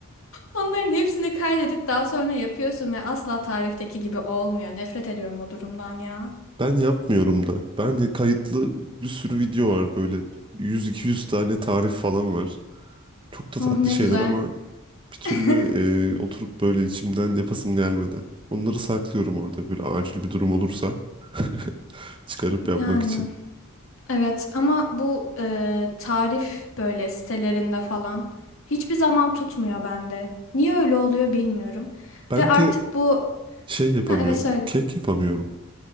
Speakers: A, on the left; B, on the right.
A: Onların hepsini kaydedip daha sonra yapıyorsun ve asla tarifteki gibi olmuyor. Nefret ediyorum o durumdan ya.
B: Ben yapmıyorum da. Ben kayıtlı bir sürü video var böyle. yüz iki yüz tane tarif falan var. Çok da
A: Oh
B: tatlı
A: ne
B: şeyler
A: güzel.
B: ama bir türlü
A: <laughs>
B: e, oturup böyle içimden yapasım gelmedi. Onları saklıyorum orada böyle acil bir durum olursa <laughs> çıkarıp
A: Yani.
B: yapmak için.
A: Evet ama bu e, tarif böyle sitelerinde falan hiçbir zaman tutmuyor bende. Niye öyle oluyor bilmiyorum.
B: Ben
A: Ve artık
B: de
A: bu...
B: şey yapamıyorum,
A: Ha evet söyle.
B: kek yapamıyorum.